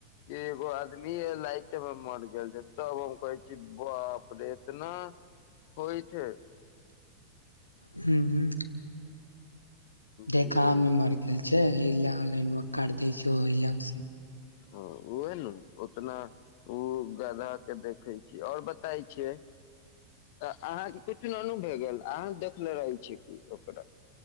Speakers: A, on the left (about 45°); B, on the left (about 80°).
A: एगो आदमी राइत में मर गेल छै, तब हम कहै छी बापरे एतना होइ छै।
B: हूं हूं। देखा
A: जे
B: में मरि गेल छै। अए ले लाइन काट दै छै, ओहि लग से।
A: ह ओह नू उतना ओ गधा के देखे छी, आओर बताय छै। अहाँके किछु ननू भए गेल अहाँ देखले रहै छी कि ओकरा।